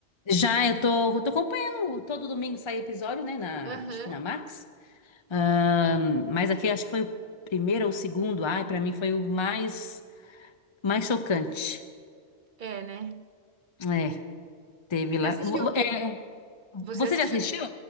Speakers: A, on the left; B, on the right.
A: Já eu tô, eu tô acompanhando todo domingo sai episódio, né? Na,
B: Aham.
A: acho que na Max. Ahn, mas aqui acho que foi o primeiro ou o segundo. Ai, pra mim foi o mais, mais chocante.
B: É, né?
A: É, teve lá.
B: Você assistiu
A: Vo-
B: o que
A: É, é.
B: você
A: você
B: assistiu
A: já assistiu?
B: o que-